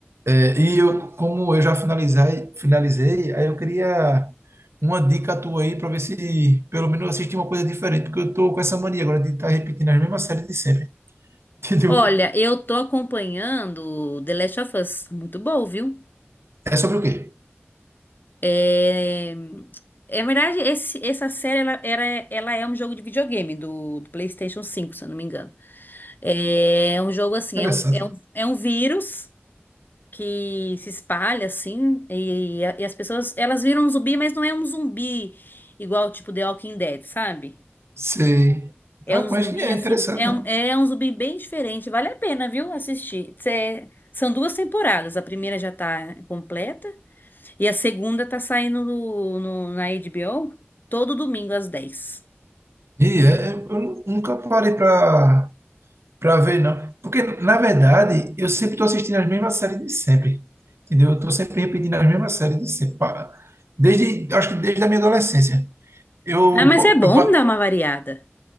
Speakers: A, on the right; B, on the left.
A: é, e eu, como eu já finalizei, finalizei, aí eu queria uma dica tua aí para ver se pelo menos eu assisti uma coisa diferente, porque eu tô com essa mania agora de estar repetindo as mesmas séries de sempre, <laughs> entendeu?
B: Olha, eu tô acompanhando The Last of Us. Muito bom, viu?
A: É sobre o quê?
B: É, é verdade, esse- essa série ela, era- ela é um jogo de videogame do, do PlayStation cinco, se eu não me engano. É um jogo assim,
A: Interessante.
B: é um, é um, é um vírus que se espalha assim e, e as pessoas elas viram um zumbi, mas não é um zumbi igual tipo The Walking Dead, sabe?
A: Sei.
B: É
A: Rapaz,
B: um zumbi
A: que é
B: assim,
A: interessante,
B: é
A: né?
B: um, é um zumbi bem diferente. Vale a pena, viu, assistir. Cê- é, são duas temporadas. A primeira já tá completa e a segunda tá saindo no, no- na HBO todo domingo às 10.
A: E é, eu nu- nunca parei para Pra ver, não. Porque, na verdade, eu sempre tô assistindo as mesmas séries de sempre. Entendeu? Eu tô sempre repetindo as mesmas séries de sempre. Pa- Desde, acho que desde a minha adolescência. Eu,
B: Ah, mas
A: po-
B: é bom
A: eu, pa-
B: dar uma variada.